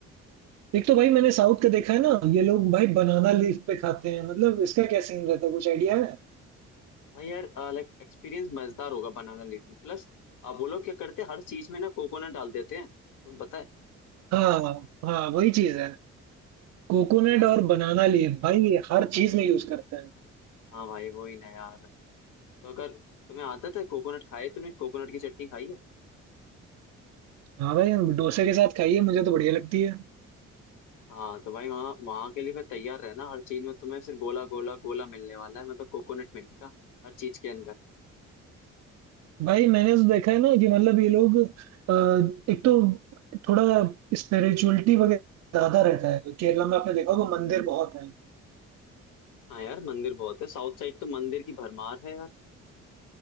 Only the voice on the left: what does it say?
हाँ यार लाइक एक्सपीरियंस मजेदार होगा बनाना लीफ में प्लस आप वो लोग क्या करते हैं हर चीज में ना कोकोनट डाल देते हैं तुम्हें पता है
है ना
तो
हाँ भाई वही ना यार तो अगर तुम्हें आदत है कोकोनट खाई तुमने कोकोनट की चटनी खाई है
हाँ तो भाई वहाँ वहाँ के लिए फिर तैयार रहना हर चीज में तुम्हें सिर्फ गोला गोला गोला मिलने वाला है मतलब कोकोनट मिलेगा हर चीज के अंदर
हाँ यार मंदिर बहुत है साउथ साइड तो मंदिर की भरमार है यार